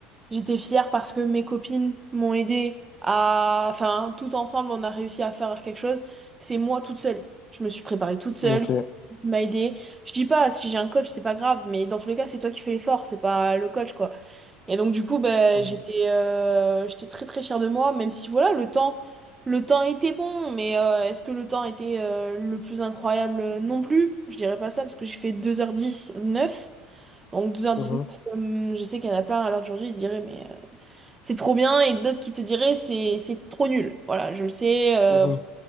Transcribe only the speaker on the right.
j'étais fière parce que mes copines m'ont aidé à, enfin, tout ensemble, on a réussi à faire quelque chose. C'est moi toute seule. Je me suis préparée toute seule,
il m'a aidée. Je dis pas, si j'ai un coach, c'est pas grave, mais dans tous les cas, c'est toi qui fais l'effort, c'est pas le coach, quoi. Et donc du coup, bah,
j'étais euh, j'étais très très fière de moi, même si voilà, le temps, le temps était bon, mais euh, est-ce que le temps était euh, le plus incroyable? euh, Non plus. Je dirais pas ça parce que j'ai fait deux heures dix neuf Donc 2h19,
comme je sais qu'il y en a plein à l'heure d'aujourd'hui, ils se diraient mais euh, c'est trop bien et d'autres qui te diraient c'est c'est trop nul. Voilà, je le sais euh,